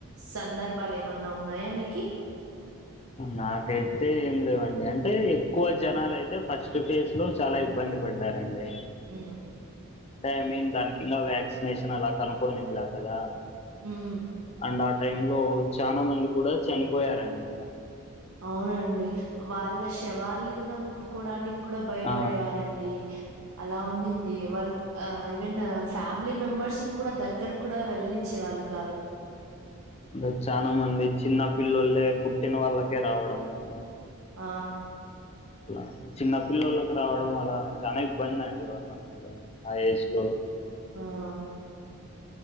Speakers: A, on the right; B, on the left.
A: సందర్భాలు ఏమన్నా ఉన్ ఉన్నాయా మీకి
B: నాకైతే ఏం లేవండి అంటే ఎక్కువ జనాలయితే ఫస్ట్ ఫేజ్ లో చాలా ఇబ్బంది పడ్డారండి
A: ఊ
B: అంటే ఐ మీన్ దానికి ఇంకా వ్యాక్సినేషన్ అలా కనుక్కొనింలా కదా
A: ఊమ్
B: అండ్ ఆ టైం లో చానా మంది కూడా చనిపోయారం <inaudible>
A: అవునండి వాళ్ళ శవాల్ని కూడా ముట్టుకోడానికి కూడా భయపడేవారండి
B: ఆ
A: అలా ఉ ని ది వాళ్ ఈవెను ఫ్యామిలీ మెంబర్స్ ను కూడా దగ్గర కూడా వెల్లనిచ్చేవాళ్ళ కాదు
B: అదే చానా మంది చిన్న పిల్లలే పుట్టిన వాళ్ళకే రావడం కాని
A: ఆ
B: అట్లా చిన్నపిల్లలకి రావడం వల చానా ఇబ్బంది అండి వాళ్ళక్ కుడ ఆ ఏజ్ లో
A: ఆ